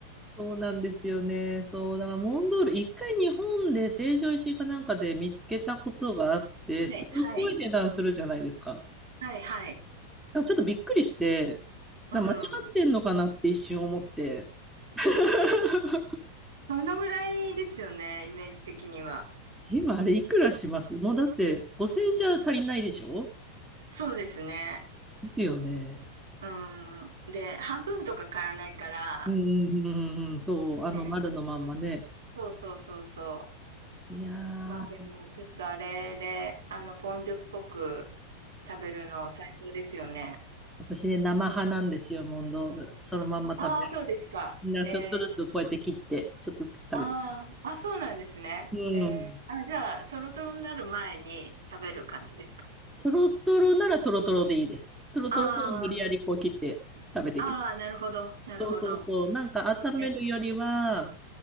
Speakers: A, in the centre; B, on the right (about 65°).
A: そうなんですよね。そう、だからモンドール、一回日本で成城石井かなんかで見つけたことがあって、
B: はい、
A: すごい値段するじゃないですか。
B: はい、
A: だ
B: はい、はい。
A: からちょっとびっくりして、
B: うん。
A: だから間違ってんのかなって一瞬思って。<laughs>
B: そのぐらいですよね、イメージ的には。
A: 今あれいくらしますもうだって5000じゃ足りないでしょ
B: そうですね。
A: ですよね。
B: うん。で、半分とか買えないから、
A: うんうんうんうんうん、そう、あの丸のまんまね。
B: ね。そうそうそうそ
A: いや
B: う。まあでも、
A: ー、
B: ちょっとあれで、あの、フォンデュっぽく食べるの最高ですよね。
A: 私ね、生派なんですよ、モンドール。そのまんま食べる。
B: ああ、そうですか。
A: みんなちょっとずつこうやって切って、
B: えー、
A: ちょっとずつ食べる。
B: あーあ、そうなんですね。
A: うん。
B: えー、あ、じゃあ、トロトロになる前に食べる感じですか。
A: トロトロならトロトロでいいです。トロトロを無理やりこう切って食べていきます。
B: ああ、ああ、なるほど、なるほど。
A: そうそうそう。なんか温めるよりは、
B: えー、